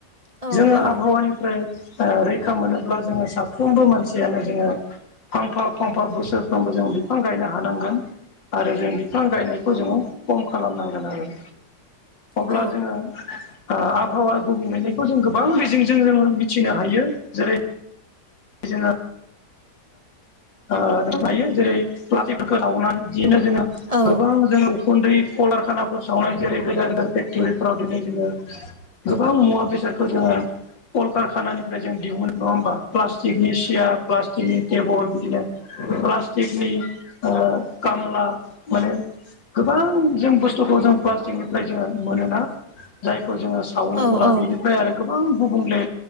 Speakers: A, on the right; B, on the left.
A: औ
B: जोङो
A: औ
B: आबहावानिफ्राय ओ रैखा मोनोब्ला जोङो साफ्रोमबो मानसियानो जोङो फांफा फांफा बोसोरफ्रोमबो जों बिफां गायनो हानांगोन आरो जों बिफां गायनायखौ जोङो खम खालामनांगोन आरो अब्ला
A: औ
B: जोङो ओ आबहावा गुबुंलेनायखौ जों गोबां बिजिंजों जोङो मिथिनो हायो जेरै- <unintelligible> ओ हायो जेरै- प्लाटिकफोरखौ सावनाय बिदिनो जोङो
A: औ
B: गोबां जोङो उखुन्दै कलारखानाफोराव सावनाय जेरै- गेदेर गेदेर फेक्ट'रिफ्राव दिनै जोङो गोबां मुवा बेसादखौ जोङो कल कारखानानिफ्राय जों दिहुनो नङा होमबा प्लास्टिकनि सियार प्लास थिकनि टेबोल बिदिनो प्लास्टिकनि ओ खामला माने गोबां जों बुस्थुखौ जों प्लास्टिकनिफ्राय जोङो मोनोना जायखौ जोङो सावोब्ला
A: औ
B: बिनिफ्राय आरो गोबां गुबुंले